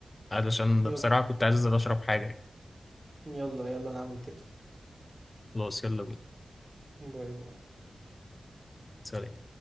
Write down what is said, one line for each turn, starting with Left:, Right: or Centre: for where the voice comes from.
Left: علشان
Right: يلا
Left: بصراحة كنت عايز انزل اشرب حاجة يعني
Right: يلا يلا نعمل كده
Left: خلاص يلا بينا
Right: باي باي
Left: سلام